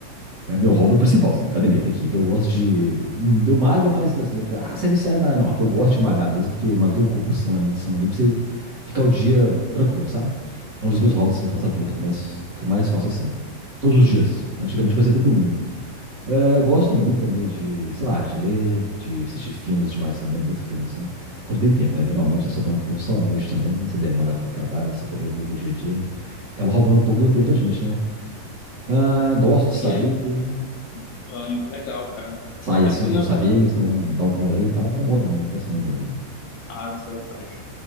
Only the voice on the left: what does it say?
E aí, ah, legal, cara.
É
porque
não
é...
Ah, isso é verdade.